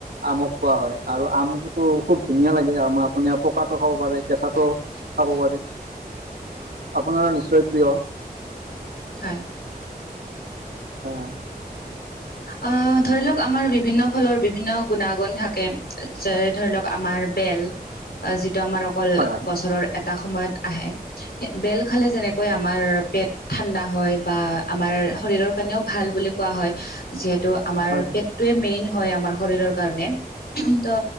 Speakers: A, on the right (about 80°); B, on the left (about 85°).
A: আমক কোৱা হয় আৰু আমটোটো খুব ধুনীয়া লাগে, আম আপুনি পকাটো খাব পাৰে, কেঁচাটো খাব পাৰি, আপোনাৰো নিশ্চয় প্ৰিয়।
B: খায়।
A: অ'।
B: অ', ধৰি লওঁক আমাৰ বিভিন্ন ফলৰ বিভিন্ন গুণাগুণ থাকে, যেনে ধৰি লওঁক আমাৰ বেল। অ', যিটো আমাৰ অকল
A: হয় হয়
B: বছৰৰ এটা সময়ত আহে। বেল খালে যেনেকৈ আমাৰ পেট ঠাণ্ডা হয়, বা আমাৰ শৰীৰৰ কাৰণেও ভাল বুলি কোৱা হয়। যিহেতু আমাৰ
A: হয়
B: পেটটোৱে মেইন হয় আমাৰ শৰীৰৰ কাৰণে, ত'